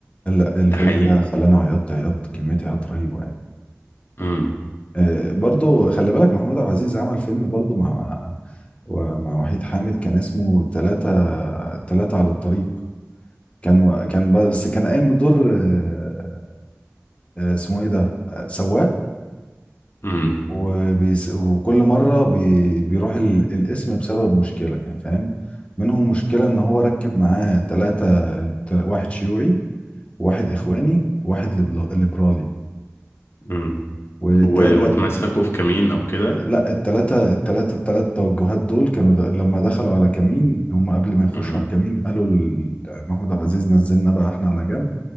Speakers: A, on the left; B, on the left.
A: لا الفيلم
B: ده حقيقي
A: ده خلاني عيطت عيطت كمية عياط رهيبة
B: امم
A: آه، برضو خلي بالك محمود عبد العزيز عمل فيلم برضو مع مع ومع وحيد حامد كان اسمه تلاتة تلاتة على الطريق كان و- كان ب- بس كان قايم بدور آه، آه، اسمه ايه ده آه، سواق
B: امم
A: وبيس وكل مرة بي بيروح ال- الاسم بسبب مشكلة يعني فاهم منهم مشكلة ان هو ركب معاه تلاتة تل- واحد شيوعي واحد اخواني واحد ليبرالي
B: امم
A: والتلاتة
B: و... واتمسكوا في كمين او كده
A: لا التلاتة التلاتة التلات توجهات دول كانوا د... لما دخلوا على كمين هم قبل ما يخشوا
B: امم
A: على الكمين قالوا ل- محمود عبد العزيز نزلنا بقى احنا على جنب